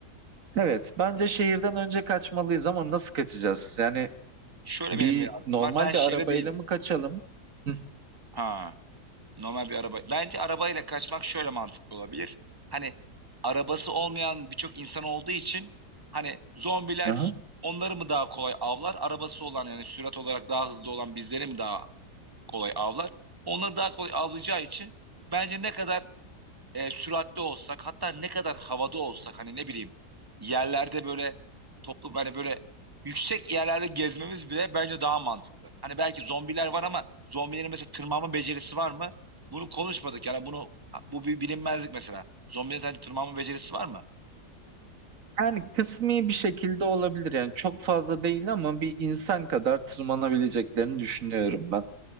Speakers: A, on the right; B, on the right.
A: Evet. Bence şehirden önce kaçmalıyız ama nasıl kaçacağız? Yani
B: Şöyle
A: bir
B: benim bir artım
A: normal
B: var. Ben şehre
A: bir arabayla
B: değilim.
A: mı kaçalım? Hı.
B: Ha, normal bir araba. Bence arabayla kaçmak şöyle mantıklı olabilir. Hani arabası olmayan birçok insan olduğu için hani zombiler
A: Aha.
B: onları mı daha kolay avlar? Arabası olan yani sürat olarak daha hızlı olan bizleri mi daha kolay avlar. Onları daha kolay avlayacağı için bence ne kadar e, süratli olsak hatta ne kadar havada olsak hani ne bileyim yerlerde böyle toplum hani böyle yüksek yerlerde gezmemiz bile bence daha mantıklı. Hani belki zombiler var ama zombilerin mesela tırmanma becerisi var mı? Bunu konuşmadık yani bunu bu bir bilinmezlik mesela. Zombilerin sadece tırmanma becerisi var mı?
A: Yani kısmi bir şekilde olabilir. Yani çok fazla değil ama bir insan kadar tırmanabileceklerini düşünüyorum ben.